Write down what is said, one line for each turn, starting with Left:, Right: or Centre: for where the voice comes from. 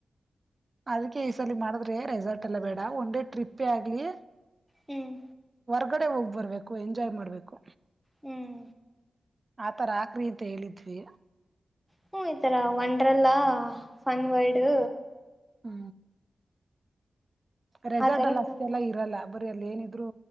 Right: ಅದಕ್ಕೆ ಈ ಸಲ ಮಾಡಿದ್ರೆ ರೆಸಾರ್ಟ್ ಎಲ್ಲ ಬೇಡ ಒನ್ ಡೇ ಟ್ರಿಪ್ಪೇ ಆಗ್ಲಿ.
Centre: ಹ್ಮ್
Right: ಹೊರ್ಗಡೆ ಹೋಗ್ ಬರ್ಬೇಕು ಎಂಜಾಯ್ ಮಾಡ್ಬೇಕು.
Centre: ಹ್ಮ್
Right: ಆತರ ಆಕ್ರೀ ಅಂತ ಹೇಳಿದ್ವಿ.
Centre: ಹ್ಮ ಈತರ ಒಂಡ್ರಲ್ಲ ಫನ್ ವರ್ಲ್ಡ್.
Right: ಹ್ಮ ರೆಸರ್ಟ್
Centre: ಆ ತರ
Right: ಅಲ್ಲ ಅಷ್ಟೆ
Centre: ಹೋಗಿರಿ
Right: ಎಲ್ಲಾ ಇರಲ್ಲ ಬರ ಅಲ್ಲಿ ಏನಿದ್ರು